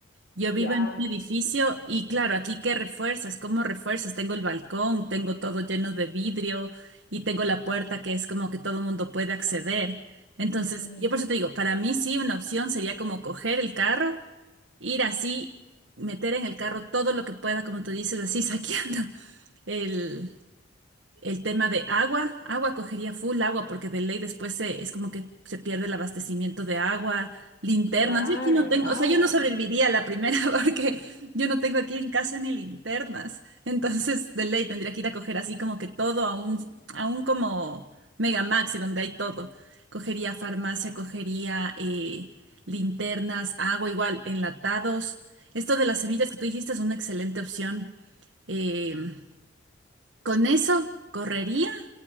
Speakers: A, on the right; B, on the left.
A: Yo vivo
B: ya,
A: en un edificio y claro, aquí qué refuerzas, cómo refuerzas. Tengo el balcón, tengo todo lleno de vidrio y tengo la puerta que es como que todo mundo puede acceder. Entonces,
B: ujú,
A: yo por eso te digo, para mí sí una opción sería como coger el carro, ir así, meter en el carro todo lo que pueda, como tú dices, así <laughs> saqueando el, el tema de agua, agua cogería full agua porque de ley después se, es como que se pierde el abastecimiento de agua, linternas.
B: Claro,
A: Yo aquí no tengo,
B: el agua.
A: o sea, yo no sobreviviría a la primera <laughs> porque yo no tengo aquí en casa ni linternas. Entonces, de ley tendría que ir a coger así como que todo a un, a un como Mega Maxi donde hay todo. Cogería farmacia, cogería eh, linternas, agua igual, enlatados. Esto de las semillas que tú dijiste es una excelente opción. Eh, con eso correría